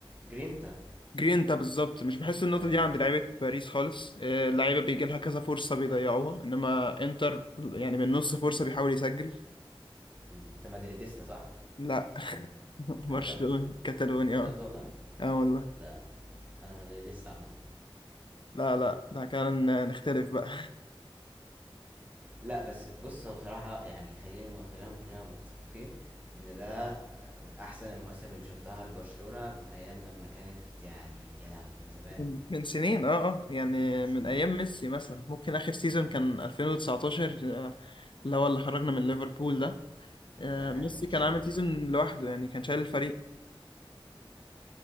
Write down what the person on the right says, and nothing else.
جرينتا
ايوه
مم. انت مدريديستا صح
آه، بجد
بجد
والله
ده انا مدريديستا عامه
لأ، بس بُص، هو بصراحة يعني خلّينا م خلّينا كلّنا متّفقين إن ده من أحسن المواسم اللي شُفتها لبرشلونة من أيام لمّا كانت يعني يا لهوي! من زمان،
من سنين،
ده كان
شبهه
شوية